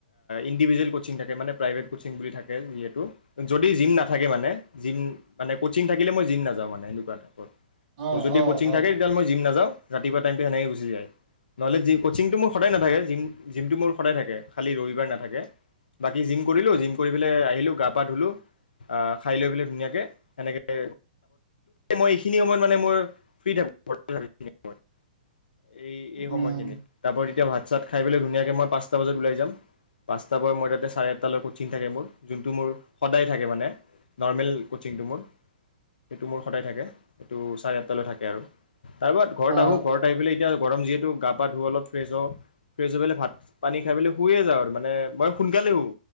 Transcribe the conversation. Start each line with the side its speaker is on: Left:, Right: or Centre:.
Left: ইণ্ডিভিজুৱেল কচিং থাকে, মানে প্ৰাইভেট কচিং বুলি থাকে যিহেতু, যদি জিম নাথাকে মানে, জিম মানে কচিং থাকিলে মই জিম নাযাওঁ মানে এনেকুৱা টাইপৰ।
Right: অ
Left: মোৰ যদি
Right: অ
Left: কচিং
Right: অ
Left: থাকে, তেতিাহ'লে মই জিম নাযাওঁ। ৰাতিপুৱা টাইমটো সেনেকে গুচি যায়, নহ'লে জি কচিংটো মোৰ সদায় নাথাকে, জিম, জিমটো মোৰ সদায় থাকে খালী ৰবিবাৰ নাথাকে, বাকী জিম কৰিলোঁ, জিম কৰি পেলাই আহিলোঁ গা-পা ধুলোঁ, খাই লৈ পেলাই ধুনীয়াকৈ সেনেকৈ মই এইখিনি সময়ত মানে মোৰ ফ্ৰী টাইম, ঘৰতে থাকোঁ এইখিনি সময়। এই,
Right: উম
Left: এই সময়খিনিত তাৰপ তেতিয়া ভাত চাত খাই পেলাই ধুনীয়াকে মই পাঁচটা বজাত ওলাই যাম, পাঁচটা পৰা মই তাতে চাৰে আঠটালৈ কোচিং থাকে মোৰ, যোনটো মোৰ সদায় থাকে মানে, নৰ্মেল কোচিংটো মোৰ, সেইটো মোৰ সদায় থাকে, সেইটো চাৰে আঠটালৈ থাকে আৰু তাৰপত ঘৰত
Right: অ
Left: আহো। এতিয়া গৰম যিহেতু গা-পা ধুওঁ অলপ ফ্ৰেছ হওঁ, ফ্ৰেছ হৈ পেলাই ভাত-পানী খাই পেলাই শুইয়ে যাওঁ আৰু মানে মই সোনকালে শু,